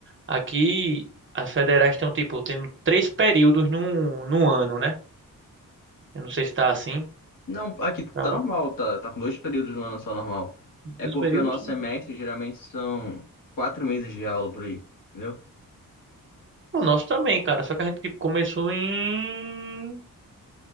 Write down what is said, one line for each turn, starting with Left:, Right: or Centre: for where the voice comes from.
Right: aqui as federais estão tipo tendo três períodos num, num ano, né? Eu não sei se tá assim.
Left: Não, aqui tá
Right: Tá, bom.
Left: normal, tá, tá com dois períodos no ano só normal.
Right: dois
Left: É porque
Right: períodos?
Left: o nosso semestre geralmente são quatro meses de aula por aí, entendeu?
Right: É O nosso também, cara. Só que a gente tipo, começou em